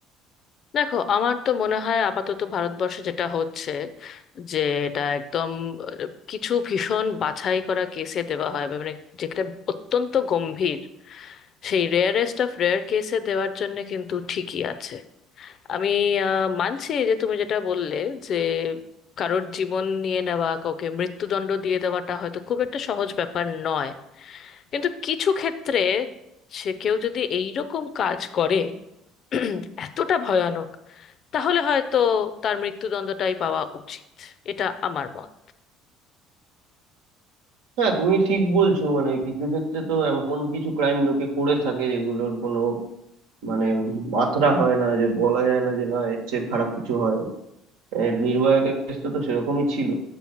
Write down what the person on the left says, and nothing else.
দেখো আমার তো মনে হয় আপাতত ভারতবর্ষে যেটা হচ্ছে যে এটা একদম আহ, কিছু ভীষণ বাছাই করা কেসে দেওয়া হয় মানে যেটা অত্যন্ত গম্ভীর সেই রেয়ারেস্ট অফ রেয়ার কেসে দেওয়ার জন্য কিন্তু ঠিকই আছে আমি আহ, মানছি যে তুমি যেটা বললে যে কারোর জীবন নিয়ে নেওয়া কাউকে মৃত্যুদণ্ড দিয়ে দেওয়াটা হয়তো খুব একটা সহজ ব্যাপার নয় কিন্তু কিছু ক্ষেত্রে সে কেউ যদি এইরকম কাজ করে <clears throat> এতটা ভয়ানক তাহলে হয়তো তার মৃত্যুদণ্ডটাই পাওয়া উচিত এটা আমার মত